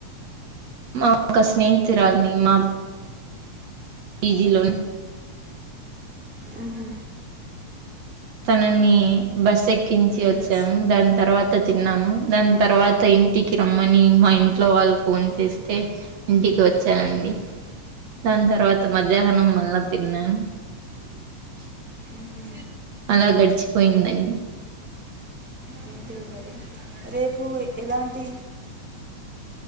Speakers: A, on the right; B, in the centre.
A: మా అక్క స్నేహితురాల్ని మా బిజీలో
B: అ ఓహా
A: తనని బస్ ఎక్కించి వచ్చాము
B: ఉమ్,
A: దాని తర్వాత తిన్నాము దాని తర్వాత ఇంటికి రమ్మని మా ఇంట్లో వాళ్ళు ఫోన్ చేస్తే ఇంటికి వచ్చానండి దాని తర్వాత మధ్యాహ్నం మళ్ళా తిన్నాను ఉ
B: ఉమ్,
A: అలా గడిచిపోయిందండి
B: అంతే
A: ఆ
B: మరి రేపు ఎలాంటి